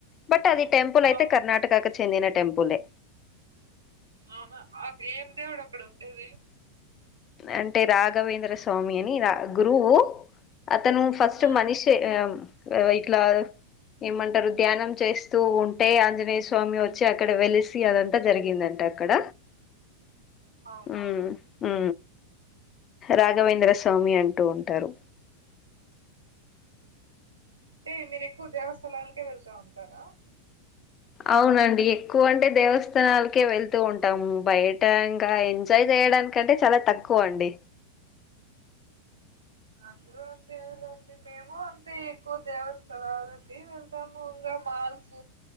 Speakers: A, on the left; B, on the right.
A: బట్ అది టెంపుల్ అయితే
B: ఆ!
A: కర్ణాటకకు చెందిన టెంపులే
B: అవునా ఆ ఏం దేవుడు అక్కడ ఉండేది
A: అంటే రాఘవేంద్ర స్వామి అని రా గురువు అతను ఫస్ట్
B: హ్మ్.
A: మనిసే ఇట్లా ఏమంటారు ధ్యానం చేస్తూ ఉంటే ఆంజనేయ స్వామి వచ్చి అక్కడ వెలిసి అదంతా జరిగింది ఏందంట అక్కడ
B: అవును.
A: హు హు రాఘవేంద్ర స్వామి అంటూ ఉంటారు
B: అంటే మీరు ఎక్కువ దేవస్థలాలకే వెళ్తా ఉంటారా
A: అవునండి ఎక్కువ అంటే దేవస్థాలలకే వెళ్తూ ఉంటాము బయట ఇంకా ట్రై చేయడానికంటే చాలా తక్కువ అండి
B: అందరూ అంతేలెండి మేము అంతే ఎక్కువ దేవస్థలాలకి వెళ్తాము ఇంకా మాల్స్